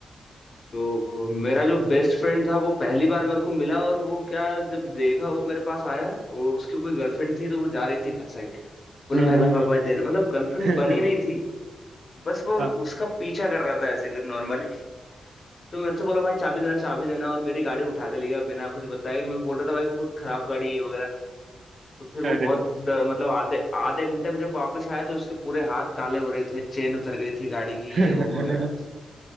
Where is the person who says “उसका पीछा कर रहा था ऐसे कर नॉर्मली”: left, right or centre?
Left